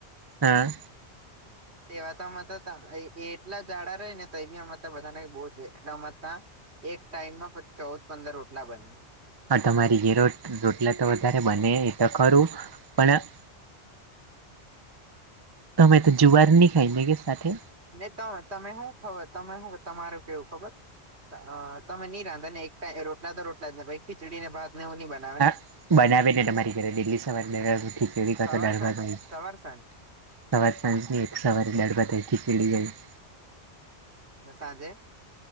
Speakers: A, on the right; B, on the right.
A: હા
B: એવા તોત ત્યાં, એ એટલા જાડા ર ને તો એની બધાને બહુ જ રમત હતા એક ટાઈમમાં પ ચૌદ પંદર રોટલા બની.
A: હા તમારી ઘેર રોજ રોટલા તો વધારે બને એ તો ખરું, પણ તમે તો જુવાર નહી ખાઈ ને કે સાથે
B: ન ત તમે હુ ખબર તમે હુ તમારું કેવું ખબર અ તમે ની રાંધાને એક તા રોટલા તો રોટલા જ, ખીચડીને ભાત ને એઉ ની બને.
A: હા બનાવે ને તમારી ઘરે ઈડલી સાંભાર ને ખીચડી કાંતો
B: સવાર
A: દાળભાત
B: સાંજ
A: બને.
B: સવાર સાંજ
A: સવાર સાંજની એક સવારે દડભધ ખીચીલી હોઈ.
B: ને સાંજે?